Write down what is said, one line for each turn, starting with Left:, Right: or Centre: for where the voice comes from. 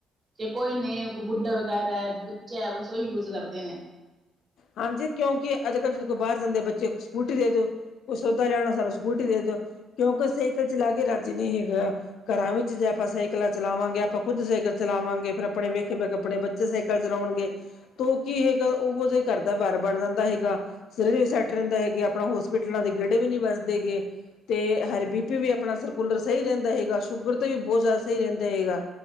Right: ਜੇ ਕੋਈ ਨੇਈ ਬੁੱਡਾ ਵਗੈਰਾ ਬੱਚਾ ਹੈ ਬਸ ਉਹੀ ਯੂਜ ਕਰਦੇ ਨੇ।
Left: ਹਾਂਜੀ ਕਿਉਂਕਿ ਅੱਜ- ਕੱਲ੍ਹ ਜਦ ਕੋਲ ਬਾਹਰ ਜਾਂਦੇ ਬੱਚੇ ਸਕੂਟੀ ਦੇ ਦਿਓ। ਕੁਈ ਸੌਦਾ ਲਿਆਉਣਾ ਸਾਨੂੰ ਸਕੂਟੀ ਦੇ ਦਿਓ, ਕਿਉਂਕਿ ਸਾਈਕਲ ਚਲਾ ਕੇ ਰਾੱਜੀ ਨਹੀਂ ਹੈਗਾ। ਘਰਾਂ ਵਿੱਚ ਜੇ ਆਪਾਂ ਸਾਈਕਲਾਂ ਚਲਾਵਾਂਗੇ ਆਪਾਂ ਖੁੱਦ ਸਾਈਕਲ ਚਲਾਵਾਂਗੇ ਫੇਰ ਆਪਣੇ ਵੇਖੇ- ਵੇਖ ਆਪਣੇ ਬ ਸਾਈਕਲ ਚਲਾਉਣਗੇ ਤਾਂ ਉਹ ਕੀ ਹੈਗਾ ਉਹੋ ਜਿ ਘਰ ਦਾ ਵਾਰ ਬਣ ਜਾਂਦਾ ਹੈਗਾ ਸਵੇਰੇ ਵੀ ਸੈੱਟ ਰਹਿੰਦਾ ਹੈਗੇ ਆਪਣਾ ਹੋਸਪਿਟਲਾਂ ਦੇ ਗੇੜੇ ਵੀ ਨਹੀਂ ਵਸਜੇਗੇ ਅਤੇ ਹੈਰ ਬੀ ਪੀ ਵੀ ਆਪਣਾ ਸਰਕੂਲਰ ਸਹੀ ਰਹਿੰਦਾ ਹੈਗਾ ਸ਼ੂਗਰ ਤਾਂ ਵੀ ਬਹੁਤ ਜ਼ਿਆਦਾ ਸਹੀ ਰਹਿੰਦਾ ਹੈਗਾ।